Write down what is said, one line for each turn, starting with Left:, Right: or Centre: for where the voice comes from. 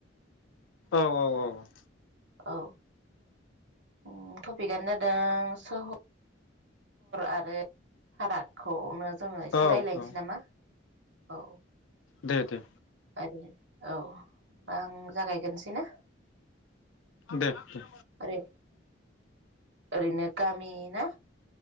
Left: औ औ औ
Right: औ। उम टपिकआानो जादों सहर आरो फारागखौ नो जोङो एसे
Left: औ
Right: रायज्लायनोसै
Left: औ
Right: नामा? औ।
Left: दे दे
Right: आरो औ होमबा आं जागायग्रोनोसै ना?
Left: दे दे।
Right: ओरै ओरैनो गामि ना